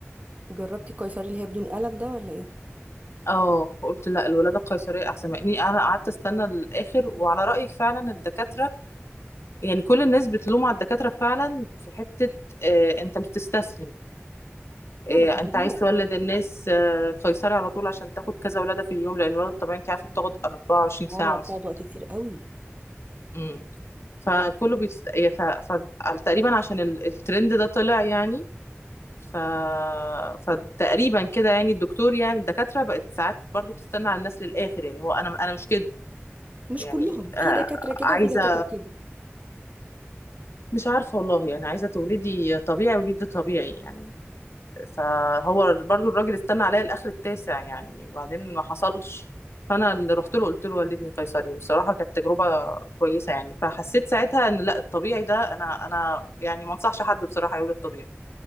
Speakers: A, on the right (about 30°); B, on the left (about 70°).
A: جربتي القيصري اللي هي بدون ألم ده ولا إيه؟
B: اه قلت لا الولادة القيصرية أحسن مع إني أنا قعدت أستنى للآخر وعلى رأيك فعلا الدكاترة يعني كل الناس بتلوم على الدكاترة فعلا في حتة آه أنت بتستسهل
A: لا
B: آه
A: بس
B: أنت
A: كده
B: عايز تولد الناس آه قيصري على طول عشان تاخد كذا ولادة في اليوم لأن الولادة الطبيعية أنت عارفة بتاخد 24
A: اه
B: ساعة
A: بتقعد
B: مثلا
A: وقت كتير قوي
B: إمم. فكله بيتس... ف... ف... على- تقريبا عشان ال- الترند ده طلع يعني ف... فتقريبا كده يعني الدكتور يعني الدكاترة بقت ساعات برضو تستنى على الناس للآخر يعني اللي هو أنا أنا مش كده
A: مش
B: يعني
A: كلهم في
B: آه،
A: دكاترة كده
B: عايزة
A: وفي دكاترة كده
B: مش عارفة والله يعني عايزة تولدي طبيعي وليدي طبيعي يعني فهو برضو الراجل استنى عليا الاخر التاسع يعني وبعدين ما حصلش فانا اللي رحت له قلت له والدني قيصري والصراحه كانت تجربه كويسه يعني فحسيت ساعتها ان لا الطبيعي ده انا انا يعني ما انصحش حد بصراحه يولد طبيعي